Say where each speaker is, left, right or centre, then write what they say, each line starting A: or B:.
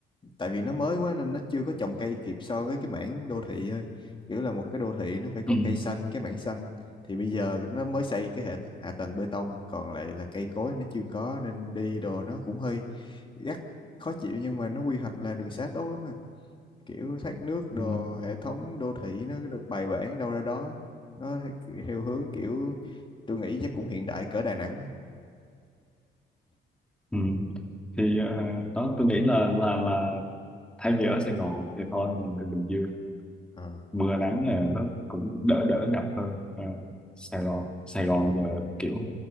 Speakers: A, on the left; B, in the centre.
A: tại vì nó mới quá nên nó chưa có trồng cây kịp so với cái mảng đô thị thôi kiểu là một cái đô thị nó phải có
B: ừ.
A: cây xanh cái mảng xanh thì bây giờ nó mới xây cái hệ hạ tầng bê tông còn lại là cây cối nó chưa có nên đi đồ nó cũng hơi gắt khó chịu nhưng mà nó quy hoạch là đường xá tốt lắm mà kiểu thoát nước đồ
B: Ừ.
A: hệ thống đô thị nó được bài bản đâu ra đó nó theo hướng kiểu tôi nghĩ chắc cũng hiện đại cỡ Đà Nẵng
B: Ừ. thì ờ, đó tôi nghĩ là là là thay vì ở Sài Gòn thì thôi mình về Bình Dương
A: Ờ,
B: mưa nắng là nó cũng đỡ đỡ ngập hơn Ờ, Sài Gòn Sài Gòn giờ kiểu